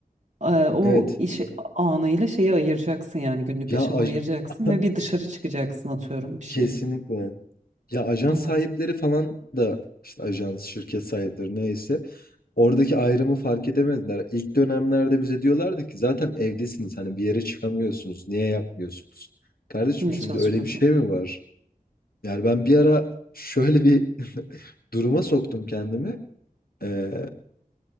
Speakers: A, on the right; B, on the left.
A: e, o
B: Evet.
A: iş anıyla şeyi ayıracaksın yani günlük
B: Ya
A: yaşamı
B: aj-
A: ayıracaksın
B: <laughs>
A: ve bir dışarı çıkacaksın atıyorum bir şey.
B: kesinlikle. Ya ajan sahipleri
A: Evet.
B: falan da işte ajans, şirket sahipleri neyse oradaki ayrımı fark edemediler. İlk dönemlerde bize diyorlardı ki zaten evdesiniz hani bir yere çıkamıyorsunuz. Niye yapmıyorsunuz? Kardeşim
A: Niye
B: şimdi
A: çalışmıyorsun?
B: öyle bir şey mi var? Yani ben bir ara şöyle bir <laughs> duruma soktum kendimi. Ee,